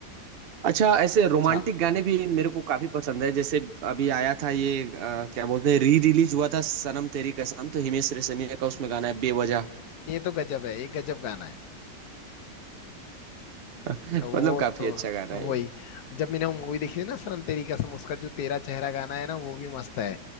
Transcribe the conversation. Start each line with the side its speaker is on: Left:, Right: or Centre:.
Right: अच्छा ऐसे
Left: अच्छा
Right: रोमांटिक गाने भी मेरे को काफी पसंद है जैसे अभी आया था ये अ, क्या बोलते हैं री रिलीज हुआ था सनम तेरी कसम तो हिमेश रेशमिया का उसमें गाना है बेवजह
Left: ये तो गजब है ये गजब गाना है
Right: <laughs>
Left: वो
Right: मतलब काफी
Left: तो
Right: अच्छा गाना है
Left: वही
Right: ये
Left: जब मैंने वो मूवी देखी थी ना सनम तेरी कसम उसका जो तेरा चेहरा गाना है ना वो भी मस्त है